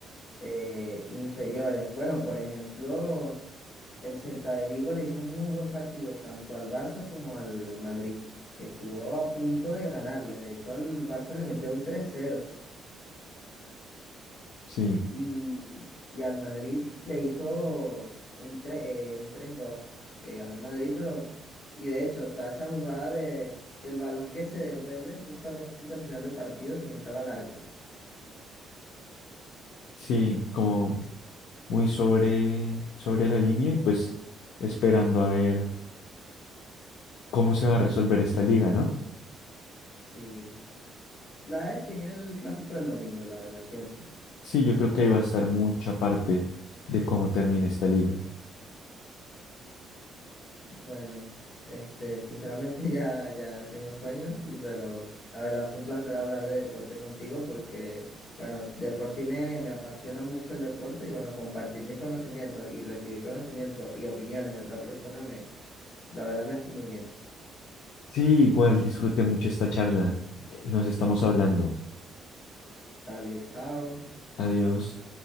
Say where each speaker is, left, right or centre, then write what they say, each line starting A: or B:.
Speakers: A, on the left; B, on the left.
A: eh, inferiores. Bueno, por ejemplo, el Celta de Vigo le hizo un muy buen partido tanto al Barça como al Madrid, que estuvo a punto de ganarles. De hecho, al Barça le metió un tres cero
B: Sí,
A: y, y al Madrid le hizo un, tre- eh, un tres dos que ganó el Madrid, pero, y de hecho está esa jugada de, del balón que se devuelve justamente al final del partido sin entrar al arco.
B: sí, como muy sobre, sobre la línea y pues esperando a ver cómo se va a resolver esta liga, ¿no?
A: Sí, la va a definir el clásico del domingo, la verdad, pienso.
B: Sí, yo creo que ahí va a estar mucha parte de cómo termina esta liga.
A: Bueno, este, sinceramente <laughs> ya, ya tengo sueño, pero la verdad fue un placer hablar de deporte contigo porque, bueno, de por sí me, me apasiona mucho el deporte y bueno, compartir mis conocimientos y recibir conocimientos y opiniones de otra persona me, la verdad me hace muy bien.
B: Sí, igual disfruté mucho esta charla. Eh, Nos estamos hablando.
A: Vale, chao.
B: Adiós.